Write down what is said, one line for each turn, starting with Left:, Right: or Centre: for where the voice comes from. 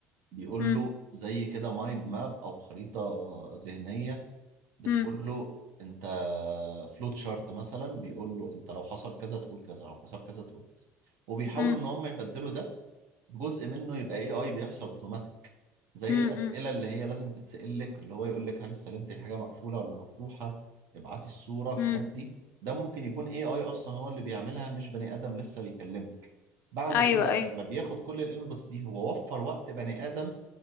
Right: بيقول
Left: مم،
Right: له زي كده مايند ماب او خريطة ذهنية بتقول
Left: مم،
Right: له انت فلوت شارت مثلا بيقول له انت لو حصل كذا تقول كذا لو حصل كذا تقول كذا وبيحاولوا
Left: مم،
Right: ان هم يبدلوا ده جزء منه يبقى اي اي بيحصل اوتوماتيك زي
Left: مم،
Right: الاسئله
Left: مم،
Right: اللي هي لازم تتسال لك اللي هو يقول لك هل استلمت الحاجه مقفوله ولا مفتوحه ابعتي الصوره الحاجات
Left: مم.
Right: دي ده ممكن يكون اي اي اصلا هو اللي بيعملها مش بني ادم لسه بيكلمك بعد
Left: ايوه
Right: كده
Left: ايوه
Right: لما بياخد كل الانبوتس دي هو وفر وقت بني ادم